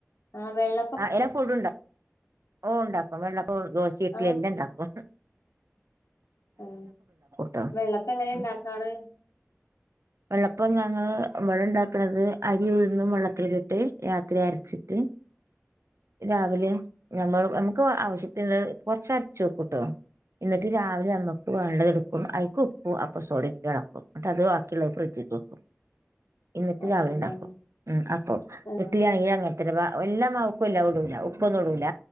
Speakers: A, on the left; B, on the right.
A: ആഹ് വെള്ള
B: ആഹ് എല്ലാ ഫുഡുണ്ടാക്കും ഓ ഉണ്ടാക്കും വെള്ളപ്പൊം ദോശയൊക്കെ
A: ആ
B: എല്ലാണ്ടാക്കും
A: ഏ
B: ട്ടോ
A: വെള്ളപ്പം എങ്ങനെ
B: ഉം.
A: ഉണ്ടാക്കാറ്
B: വെള്ളപ്പം ഞങ്ങള് ഇവടെണ്ടാക്ക്ണത് അരിം ഉഴുന്നും വെള്ളത്തിലിട്ടിട്ട് രാത്രി അരച്ചിട്ട് <inaudible> രാവിലെ ഞമ്മള് ഞമ്മക്ക് ആവശ്യത്തിന്ള്ളത് കൊറച്ച് അരച്ച് വെക്കുട്ടോ ഇന്നട്ട് രാവിലെ ന ഞമ്മക്ക് വേണ്ടത് എടുക്കും അയിക്ക് ഉപ്പും അപ്പസോടിം ഇട്ട് എളക്കും ന്നിട്ട് അത് ക്കിള്ളത് ഫ്രിഡ്ജ്ക്കക്കും എന്നിട്ട്
A: അത്
B: രാവിലെ
A: ശരി
B: ഉണ്ടാക്കും
A: ആ
B: ഉം അപ്പം
A: ആ
B: ഇഡ്ഡിലിയാണെങ്കിലും അങ്ങ തന്നെ പാ എല്ലാ മാവ്ക്കും എല്ലാം ഇടൂല ഉപ്പൊന്നും ഇടൂല